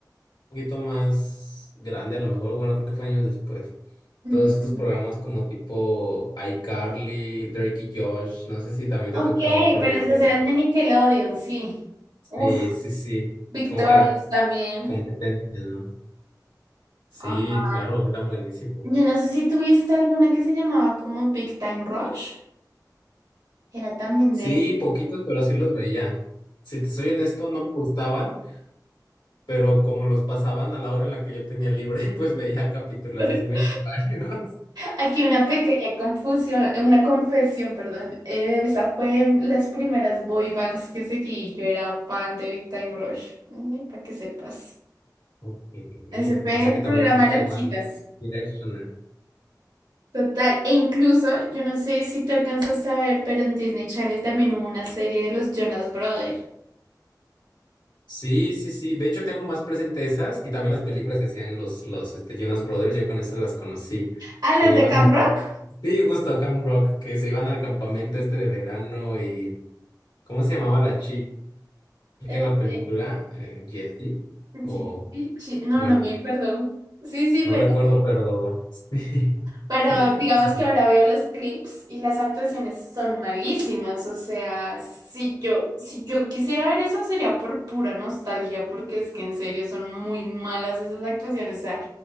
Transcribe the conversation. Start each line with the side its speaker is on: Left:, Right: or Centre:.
Left: poquito más grande, a lo mejor, bueno, creo que fue años después.
Right: Ujú.
Left: Todos estos programas como tipo iCarly, Drake y Josh, no sé si también
Right: Ok,
Left: te tocaron por
Right: pero
Left: ahí
Right: esas
Left: a verlo.
Right: eran de Nickelodeon, sí. Uf,
Left: Sí, sí, sí.
Right: Victorious
Left: Como que la
Right: también.
Left: competencia, ¿no? Sí,
Right: Ajá.
Left: claro, eran buenísimos.
Right: Yo no sé si tuviste alguna que se llamaba como Big Time Rush. Era también
Left: Sí,
Right: de...
Left: poquitos, pero sí los veía. Si te soy honesto, no me gustaban. pero como los pasaban a la hora en la que yo tenía libre, <laughs> pues veía capítulos
Right: <laughs>
Left: y sí me eché varios.
Right: Aquí una pequeña confusión, eh, una confesión, perdón. Eh, esa fue las primeras boy bands que seguí. Yo era fan de Big Time Rush, para que sepas.
Left: Ok,
Right: Ese fue
Left: o sea
Right: el
Left: que también
Right: programa
Left: fuiste
Right: de las
Left: One
Right: chicas.
Left: Directioner.
Right: Total, e incluso, yo no sé si te alcanzaste a ver, pero en Disney Channel también hubo una serie de los Jonas Brothers.
Left: Sí, sí, sí. De hecho, tengo más presente esas y también las películas que hacían los, los este, Jonas Brothers. Yo con esas las conocí.
Right: Ah,
Left: Que
Right: las
Left: iban.
Right: de Camp Rock.
Left: Sí, justo a Camp Rock, que se iban al campamento este de verano y. ¿Cómo se llamaba la chica en
Right: Eh,
Left: la película?
Right: eh,
Left: Eh, Jessie.
Right: Jesse-
Left: O,
Right: Chi- no,
Left: bueno,
Right: no me acuerdo. Sí, sí,
Left: no
Right: pero
Left: recuerdo, pero. <laughs>
Right: Pero digamos
Left: Sí.
Right: que ahora veo los clips y las actuaciones son malísimas. O sea, si yo, si yo quisiera ver eso sería por pura nostalgia, porque es que en serio son muy malas esas actuaciones. O sea,